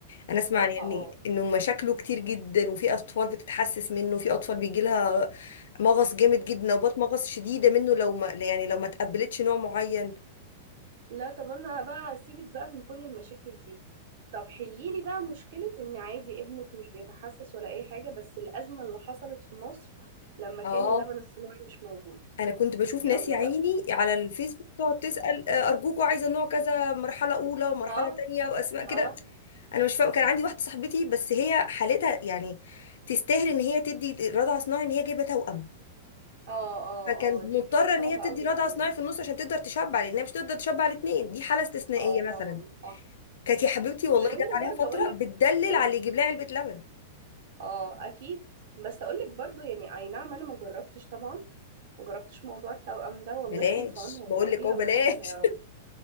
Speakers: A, on the left (about 80°); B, on the right (about 50°).
A: انا
B: بصراحة
A: اسمع يعني ان
B: اه
A: يعني انه مشاكله كتير جدا وفي اطفال بتتحسس منه وفي اطفال بيجي لها مغص جامد جدا نوبات مغص شديدة منه لو ما يعني لو ما تقبلتش نوع معين
B: لا طب انا بقى هسيبك بقى من كل المشاكل دي طب حليلي بقى مشكلة ان عادي ابنك مش بيتحسس ولا اي حاجة بس الازمة اللي حصلت في مصر لما كان
A: اه
B: اللبن الصناعي مش موجود
A: انا كنت بشوف
B: يلا
A: ناس يا عيني
B: بقى
A: على الفيسبوك تقعد تسأل آه، ارجوكوا عايزة نوع كذا مرحلة اولى ومرحلة
B: اه
A: تانية واسماء كده
B: اه
A: انا مش فاهمه كان عندي واحده صاحبتي بس هي حالتها يعني تستاهل ان هي تدي رضع صناعي ان هي جايبه توأم
B: اه اه
A: فكانت
B: اه
A: مضطره
B: دي بيبقى صعبة
A: ان هي تدي
B: قوي
A: رضع
B: يا عيني
A: صناعي في النص عشان تقدر تشبع لانها مش تقدر تشبع الاثنين دي حاله استثنائيه
B: اه
A: مثلا
B: طبعا صح
A: كانت يا حبيبتي والله
B: ولو
A: جت
B: ان
A: عليها
B: برضه
A: فتره
B: اقول لك
A: بتدلل
B: يعني
A: على اللي يجيب لها علبه لبن
B: اه اكيد بس اقول لك برضه يعني اي نعم انا ما جربتش طبعا ما جربتش موضوع التوأم ده والله
A: بلاش
B: يكون في عونها ويقويها
A: بقول لك اهو بلاش
B: ويعينها يا رب